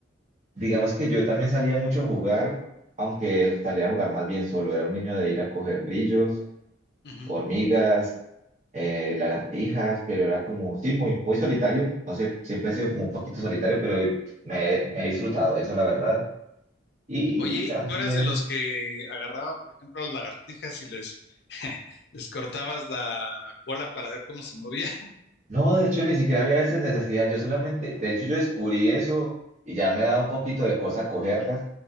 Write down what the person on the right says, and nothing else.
digamos que yo también salía mucho a jugar, aunque salía a jugar más bien solo, era un niño de ir a coger grillos,
hormigas eh, lagartijas, pero era como, sí, muy, muy solitario. No sé, siempre he sido como un poquito solitario, pero me, me he disfrutado eso, la verdad. Y
también,
no, de hecho, ni siquiera había veces necesidad. Yo solamente, de hecho, yo descubrí eso y ya me daba un poquito de cosa cogerlas,